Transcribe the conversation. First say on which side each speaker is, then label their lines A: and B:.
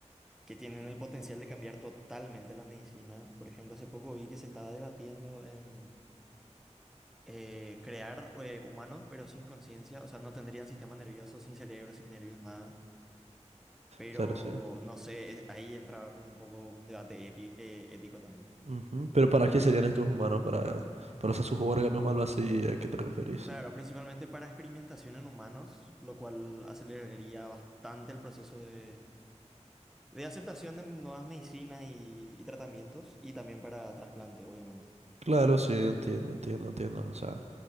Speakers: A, in the centre; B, on the right.
A: que tienen el potencial de cambiar totalmente la medicina. Por ejemplo, hace poco vi que se estaba debatiendo en eh, crear eh, humanos, pero sin conciencia, o sea, no tendrían sistema nervioso, sin cerebro, sin nervios, nada. Pero
B: Claro, sí.
A: no sé, eh, ahí entraba como un poco un debate epi- eh, ético también.
B: Ujú. Pero ¿para qué serían estos humanos? ¿Para, para usar sus órganos o algo así? ¿A qué te referís?
A: Claro, principalmente para experimentación en humanos, lo cual aceleraría bastante el proceso de De aceptación de nuevas medicinas y, y tratamientos y también para trasplante, obviamente.
B: Claro, sí, entiendo, entiendo, entiendo. O sea,